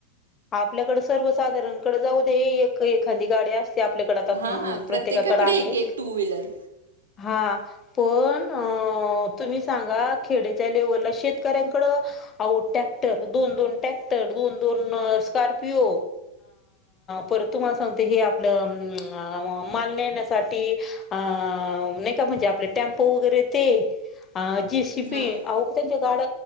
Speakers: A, on the left; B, on the right.
A: आपल्याकडे सर्वसाधारणकडे जाऊ दे एक एखादी गाडी असते ते आपल्याकडे आता
B: हां
A: प्रत्येकाकडे आहे
B: एक एक टू व्हीलर
A: हा पण तुम्ही सांगा खेड्याच्या लेवलला शेतकऱ्यांकड आहो टॅक्टर दोन दोन टॅक्टर दोन दोन स्कारपिओ परत तुम्हाला सांगते हे आपलं. माल नण्यासाठी अ नाही का म्हणजे आपले टेम्पो वगैरे ते अ जी शिपी
B: हां
A: अह त्यांच गाड